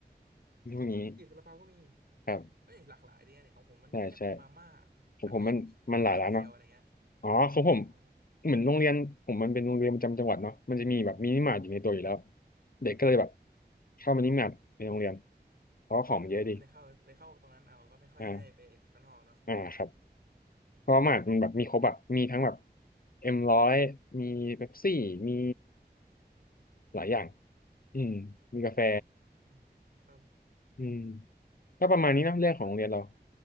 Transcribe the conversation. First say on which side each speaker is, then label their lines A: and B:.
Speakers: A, on the left (about 55°); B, on the right (about 70°).
A: พวกนี้
B: ขนมจีบซาลาเปาก็มี
A: ครับ
B: เอ้ยหลากหลายดีนะเนี่ยของผมมันมีแค่มาม่า
A: ใช่ใช่ผมผมมันมันหลายร้านเนาะ
B: ทาโกยากิไข่เจียวอะไรเงี้ย
A: อ๋อของผม
B: ออ
A: เหมือนโรงเรียนผมมันเป็นโรงเรียนประจำจังหวัดเนาะมันจะมีแบบมินิมาร์ทอยู่ในตัวอยู่แล้วเด็กก็เลยแบบเข้ามินิมาร์ทในโรงเรียนเพราะว่าของมันเยอะดี
B: อ๋อไเลยเข้าเลยเข้าตรงนั้นเอาก็ไม่ค่อยได้ไปข้างนอกเนาะ
A: อ่าอ่าครับ
B: อื
A: เพราะว่ามาร์ทมันแบบมีครบอะมีทั้งแบบ
B: ม
A: เอ็มร้อยมีเป๊ปซี่มีหลายอย่างอืมมีกาแฟ
B: โอ้อืมครับ
A: อืมก็ประมาณนี้เนอะเรื่องของโรงเรียนเรา
B: ก็